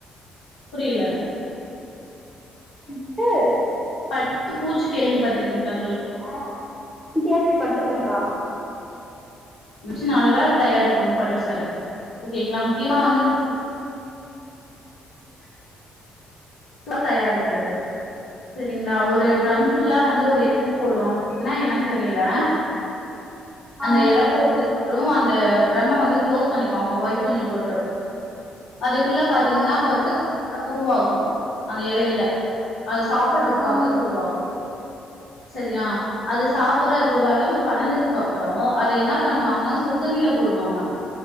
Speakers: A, on the left; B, in the centre.
A: புரியுல
B: அட்டு
A: பட்டு பூச்சு கேள்வி பட்டுருக்கீங்களா
B: ஆ கேள்விப்பட்ருக்ககா
A: மிச்ச நாலதா தயாரிப்பாங்க பட்டு சாரி ஓகேங்களா முக்கியமா வந்து
B: ம்
A: தயாரிக்கிறது சரிங்களா ஒரு ஒரு ட்ரம்ஸ்லா வந்து ஒரு
B: சேரிங்க்கா
A: எண்ட் போடுவாங் என்னா எனோன்னு தெரியுல அந்த
B: ஆ
A: எல போட்டு அப்புறோ அந்த ட்ரம்ம வந்து களோஸ் பண்ணிக்குவாங்க ஒயிட் துணி போட்டு அதுக்குள்ள பாத்தீங்கன்னா
B: ஆ
A: பட்டு பூ உருவாகோ அந்த எலைல அது சாப்படுறதுக்காக
B: ஆ ஆ
A: உருவாகோ சரியா அது சாப்பிடுற அது ஒருரளவு வளர்ந்ததுக்கு அப்புறோ அத என்ன பண்ணுவாங்கன்னா சுடுதண்ணில போடுவாங்க